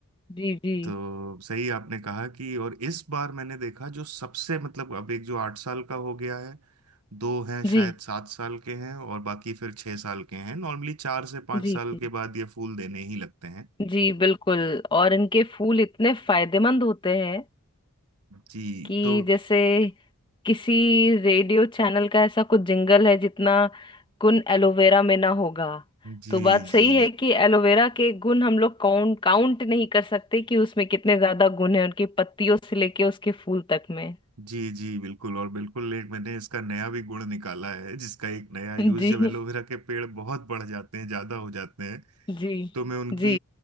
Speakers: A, on the left (about 20°); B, on the right (about 80°).
A: जी जी
B: तो सही आपने कहा कि और इस बार मैंने देखा जो सबसे मतलब अब एक जो आठ साल का हो गया है दो हैं
A: जी
B: शायद सात साल के हैं और बाकी फिर छः साल के हैं नॉर्मली चार से पाँच
A: जी
B: साल
A: जी
B: के बाद ये फूल देने ही लगते हैं
A: जी बिल्कुल और इनके फूल इतने फायदेमंद होते हैं
B: जी
A: कि
B: तो
A: जैसे किसी रेडियो चैनल का ऐसा कुछ जिंगल है जितना गुण एलोवेरा में ना होगा
B: जी
A: तो बात सही
B: जी
A: है कि एलोवेरा के गुण हम लोग काउंट काउंट नहीं कर सकते कि उसमें कितने ज्यादा गुण है उनकी पत्तियों से लेके उसके फूल तक में
B: जी जी बिल्कुल और बिल्कुल एक मैंने इसका नया भी गुण निकाला है जिसका एक नया यूज
A: <laughs> जी
B: जब एलोवेरा के पेड़ बहुत बढ़ जाते हैं ज्यादा हो जाते हैं
A: जी
B: तो मैं उनकी
A: जी